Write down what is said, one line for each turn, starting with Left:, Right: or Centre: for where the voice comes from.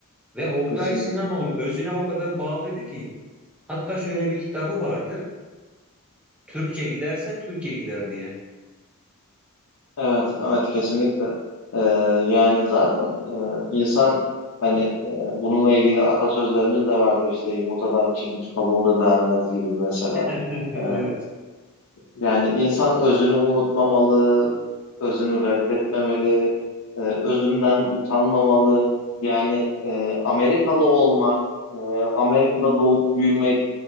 Centre: Ve Oktay
Left: Kesinlikle.
Centre: Sinanoğlu özüne o kadar bağlıydı ki hatta şöyle bir kitabı vardı. Türkçe giderse Türkiye gider diye.
Left: Evet, evet kesinlikle. Ee, yani zaten e, insan hani e, bununla ilgili atasözlerimiz de vardı işte yumurtadan çıkmış kabuğunu beğenmez gibi mesela.
Centre: <laughs> Evet.
Left: Ee, yani insan özünü unutmamalı, özünü reddetmemeli, e, özünden utanmamalı. Yani e, Amerikalı olmak, e, Amerika'da doğup büyümek